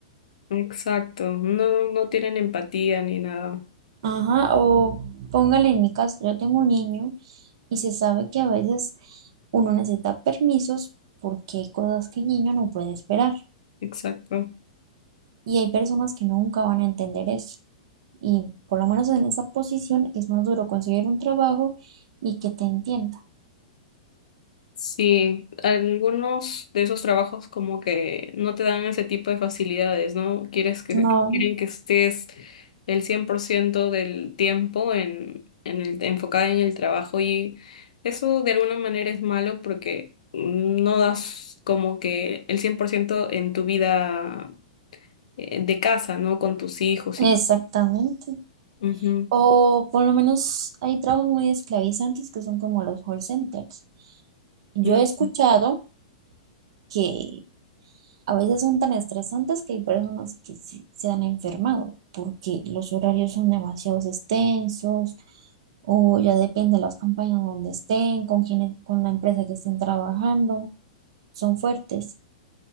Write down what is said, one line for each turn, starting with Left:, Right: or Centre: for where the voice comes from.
Left: Exacto, no, no no tienen empatía ni nada.
Right: Ajá, o póngale en mi caso, yo tengo un niño y se sabe que a veces uno necesita permisos porque hay cosas que el niño no puede esperar
Left: Exacto.
Right: y hay personas que nunca van a entender eso. Y por lo menos en esa posición es más duro conseguir un trabajo y que te entienda.
Left: Sí, algunos de esos trabajos como que no te dan ese tipo de facilidades, ¿no? Quieres que,
Right: No,
Left: quieren que estés el 100% del tiempo en, en el, enfocada en el trabajo y eso de alguna manera es malo porque no das como que el 100% en tu vida eh, de casa, ¿no? Con tus hijos
Right: exactamente.
Left: y... Ujú,
Right: O por lo menos hay trabajos muy esclavizantes que son como los call centers. Yo
Left: ujú.
Right: he escuchado que A veces son tan estresantes que hay personas que se, se han enfermado porque los horarios son demasiado extensos o ya depende de las campañas donde estén, con quienes con la empresa que estén trabajando, son fuertes.